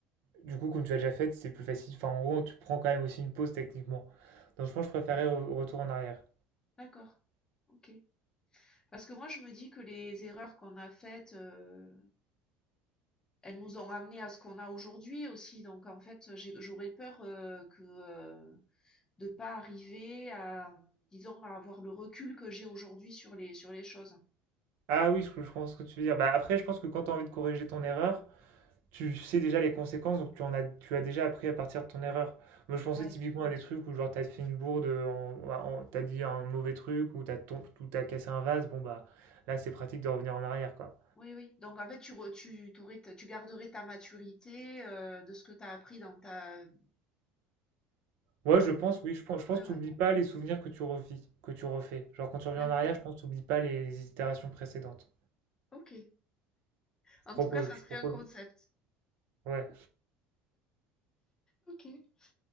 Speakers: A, on the right; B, on the left.
A: du coup, comme tu l'as déjà fait, c'est plus facile. Enfin, en gros, tu prends quand même aussi une pause techniquement. Donc, je
B: Mmh.
A: pense que je préférais re- retour en arrière.
B: D'accord. OK. Parce que moi, je me dis que les erreurs qu'on a faites, euh, elles nous ont ramené à ce qu'on a aujourd'hui aussi. Donc, en fait, j'ai- j'aurais peur euh, que euh, de pas arriver à, disons, à avoir le recul que j'ai aujourd'hui sur les sur les choses.
A: Ah oui, je, je pense que tu veux dire. Bah, après, je pense que quand tu as envie de corriger ton erreur, tu sais déjà les conséquences. Donc, tu, en as, tu as déjà appris à partir de ton erreur. Moi, je pensais
B: Ouais,
A: typiquement à des trucs où, genre, tu as fait une bourde, en, en- t'as dit un mauvais truc, ou tu as, cassé un vase. Bon, bah, là, c'est pratique de revenir en arrière, quoi.
B: oui, oui. Donc, en fait, tu re- tu t'aurais ta- tu garderais ta maturité euh, de ce que tu as appris dans ta.
A: Ouais,
B: D'accord.
A: je pense, oui, je pense, je
B: Ouais,
A: pense que
B: ouais.
A: t'oublies pas les souvenirs que tu revis, que tu refais. Genre quand tu reviens
B: D'accord.
A: en arrière, je pense que t'oublies pas les itérations précédentes.
B: Ok. En
A: Je propose,
B: tout cas, ça
A: je
B: serait
A: propose.
B: un concept.
A: Ouais.
B: Ok. Euh,